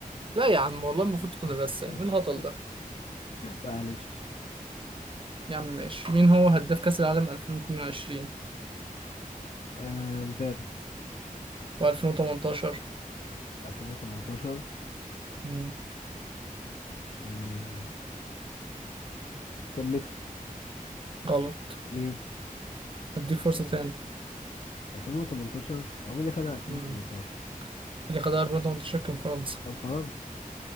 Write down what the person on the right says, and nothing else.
لا يا عم والله المفروض تكون
الرسام ايه الهطل ده
يا عم ماشي مين هو هداف كأس العالم 2022
و2018
امم
غلط
اديك فرصة تاني
امم اللي خدها 2018 كان فرنسا